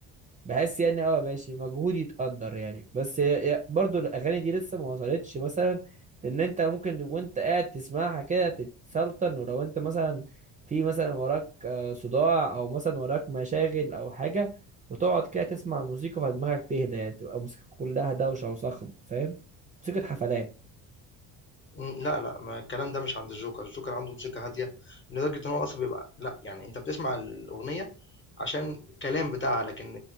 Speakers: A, on the right (about 20°); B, on the left (about 30°).
A: بحس يعني اه ماشي مجهود يتقدر يعني بس ي- برضو الاغاني دي لسه ما وصلتش مثلا ان انت ممكن وانت قاعد تسمعها كده تتسلطن ولو انت مثلا في مثلا وراك آه، صداع او مثلا وراك مشاغل او حاجة وتقعد كده تسمع الموسيقى فدماغك تهدى يعني تبقى الموسيقى كلها دوشة وصخب فاهم موسيقى حفلات
B: إمم، لأ، لأ، ما الكلام ده مش عند الجوكر، الجوكر عنده موسيقى هادية لدرجة إن هو أصلًا بيبقى لأ، يعني أنت بتسمع الأغنية عشان الكلام بتاعها، لكن